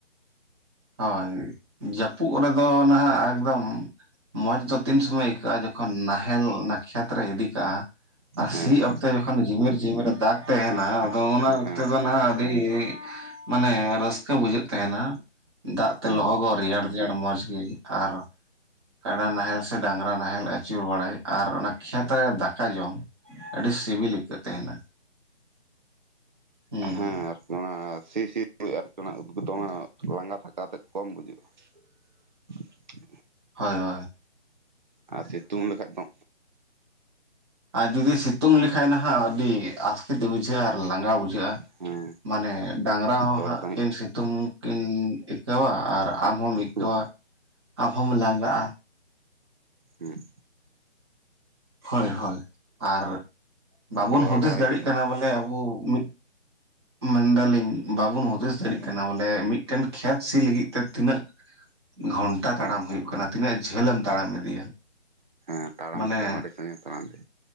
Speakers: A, on the right; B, on the right.
A: ᱦᱳᱭ, ᱡᱟᱯᱩᱫ ᱨᱮᱫᱚ ᱱᱟᱦᱟᱜ ᱮᱠᱫᱚᱢ ᱢᱚᱸᱡᱽ ᱫᱚ ᱛᱤᱱ ᱥᱚᱢᱚᱭ ᱟᱹᱭᱠᱟᱹᱜᱼᱟ? ᱡᱚᱠᱷᱚᱱ ᱱᱟᱦᱮᱞ ᱚᱱᱟ ᱠᱷᱮᱛ ᱨᱮ ᱤᱫᱤ ᱠᱟᱜᱼᱟ᱾ ᱟᱨ
B: ᱦᱮᱸ
A: ᱥᱤ ᱚᱠᱛᱮ ᱡᱚᱠᱷᱚᱱ ᱡᱷᱤᱢᱤᱨ ᱡᱷᱤᱢᱤᱨ ᱮ ᱫᱟᱜ ᱛᱟᱦᱮᱱᱟ
B: ᱦᱮᱸ
A: ᱟᱫᱚ ᱚᱱᱟ ᱚᱠᱛᱮ
B: ᱦᱮᱸ
A: ᱫᱚ ᱱᱟᱦᱟᱜ ᱟᱹᱰᱤᱻ ᱢᱟᱱᱮ ᱨᱟᱹᱥᱠᱟᱹ ᱵᱩᱡᱷᱟᱹᱜ ᱛᱟᱦᱮᱱᱟ᱾ ᱫᱟᱜ ᱛᱮ
B: ᱦᱮᱸ
A: ᱞᱚᱦᱚᱜᱚᱜ, ᱨᱮᱭᱟᱲ ᱨᱮᱭᱟᱲ ᱢᱚᱸᱡᱽ ᱜᱤ ᱟᱨ ᱠᱟᱲᱟ ᱱᱟᱦᱮᱞ ᱥᱮ ᱰᱟᱝᱨᱟ ᱱᱟᱦᱮᱞ ᱟᱹᱪᱩᱨ ᱵᱟᱲᱟᱭ ᱟᱨ ᱚᱱᱟ ᱠᱷᱮᱛ ᱨᱮ ᱫᱟᱠᱟ ᱡᱚᱢ ᱟᱹᱰᱤ ᱥᱤᱵᱤᱞ ᱟᱹᱭᱠᱟᱹᱜ ᱛᱟᱦᱮᱱᱟ᱾ ᱦᱩᱸᱻ᱾
B: ᱦᱮᱸ ᱟᱨᱠᱤ ᱚᱱᱟ ᱥᱤ ᱥᱤ <unintelligible> ᱟᱨᱠᱤ ᱚᱱᱟ ᱩᱫᱽᱜᱟᱹᱨ ᱫᱟᱜ ᱚᱱᱟ ᱞᱟᱸᱜᱟ ᱛᱷᱟᱠᱟᱣ ᱛᱮᱫ ᱠᱚᱢ ᱵᱩᱡᱷᱟᱹᱜᱼᱟ ᱾ <inaudible>
A: ᱦᱚᱭ ᱦᱚᱭ᱾
B: ᱟᱨ ᱥᱤᱛᱩᱝ ᱞᱮᱠᱷᱟᱡ ᱫᱚ
A: ᱟᱨ ᱡᱩᱫᱤ ᱥᱤᱛᱩᱝ ᱞᱮᱠᱷᱟᱡ ᱱᱟᱦᱟᱜ ᱟᱹᱰᱤ ᱟᱥᱠᱮᱛ ᱵᱩᱡᱷᱟᱹᱜᱼᱟ ᱟᱨ ᱞᱟᱸᱜᱟ ᱵᱩᱡᱷᱟᱹᱜᱼᱟ᱾
B: ᱦᱮᱸ
A: ᱢᱟᱱᱮ ᱰᱟᱝᱨᱟ ᱦᱚᱸ
B: ᱛᱚᱲᱟ
A: ᱦᱟᱸᱜ
B: ᱥᱟᱺᱦᱤᱡ
A: ᱠᱤᱱ ᱥᱤᱛᱩᱝ ᱠᱤᱱ ᱟᱹᱭᱠᱟᱹᱣᱟ, ᱟᱨ ᱟᱢ ᱦᱚᱸᱢ ᱟᱹᱭᱠᱟᱹᱣᱟ᱾
B: ᱦᱩᱸ
A: ᱟᱢ ᱦᱚᱢ ᱞᱟᱸᱜᱟᱜᱼᱟ᱾
B: ᱦᱮᱸ᱾
A: ᱦᱳᱭ ᱦᱳᱭ ᱟᱨ ᱵᱟᱵᱚᱱ
B: ᱨᱚᱦᱚᱭ
A: ᱦᱩᱫᱤᱥ
B: ᱵᱟᱲᱟ ᱦᱩᱭᱩᱜ
A: ᱫᱟᱲᱮᱜ ᱠᱟᱱᱟ ᱵᱚᱞᱮ ᱟᱵᱚ ᱢᱤᱫ ᱢᱮ ᱫᱟᱞᱤᱧ ᱵᱟᱵᱚᱱ ᱦᱩᱫᱤᱥ ᱫᱟᱲᱤᱜ ᱠᱟᱱᱟ ᱵᱚᱞᱮ ᱢᱤᱫᱴᱮᱱ ᱠᱷᱮᱛ ᱥᱤ ᱞᱟᱹᱜᱤᱫ ᱛᱮ ᱛᱤᱱᱟᱹᱜ ᱜᱷᱚᱱᱴᱟ
B: ᱦᱩᱸ
A: ᱛᱟᱲᱟᱢ ᱦᱩᱭᱩᱜ ᱠᱟᱱᱟ, ᱛᱤᱱᱟᱹᱜ ᱡᱷᱟᱹᱞ ᱮᱢ ᱛᱟᱲᱟᱢ ᱤᱫᱤᱭᱟ?
B: ᱦᱮᱸ ᱛᱟᱲᱟᱢ
A: ᱢᱟᱱᱮ
B: ᱞᱮᱠᱷᱟᱡ ᱟᱹᱰᱤ ᱥᱟᱺᱜᱤᱧ ᱛᱟᱲᱟᱢ ᱛᱮ᱾